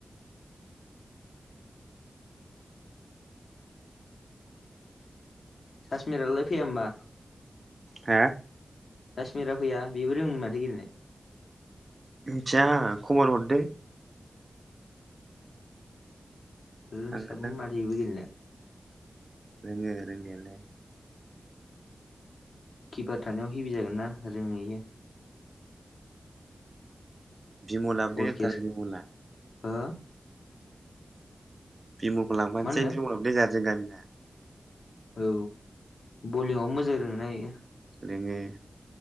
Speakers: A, on the left; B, on the right.
A: कासमिरलाय फैया होमबा
B: हो
A: काश्मिरा फैया बेबो रोङोमोन माथो गेलेनो
B: मिथिया आं खबर हरदो
A: रोंसाबो
B: थांगोनदां
A: माथो इबो गेलेनो
B: रोङो रोंनायालाय
A: किपार थानायाव हेभि जागोनना रोङो इयो
B: बिमलाबो
A: बल
B: देथार
A: केस
B: बिमला
A: हो
B: बिमलखौ लांफानोसै
A: मा होनदों
B: बिमलाबो देनजार जों गामिना
A: औ बलिंआव मोजां रोंना इयो
B: रोङो